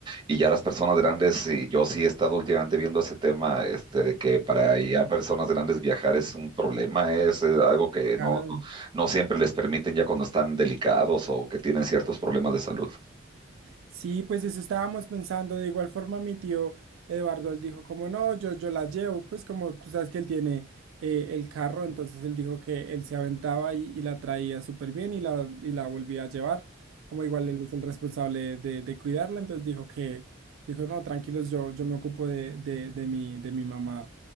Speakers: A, on the right; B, on the right.
A: Y ya las personas grandes, y yo sí he estado últimamente viendo ese tema, este, de que para ya personas grandes viajar es un problema, es, eh, algo que
B: Complicado.
A: no, no, no siempre les permiten ya cuando están delicados o que tienen ciertos problemas de salud.
B: Sí, pues eso estábamos pensando. De igual forma, mi tío Eduardo, él dijo como no, yo, yo la llevo, pues como tú sabes que él tiene eh, el carro, entonces él dijo que él se aventaba y, y la traía súper bien y la, y la volvía a llevar, como igual él es el responsable de, de cuidarla, entonces dijo que, dijo no, tranquilos, yo, yo me ocupo de, de, de mi, de mi mamá.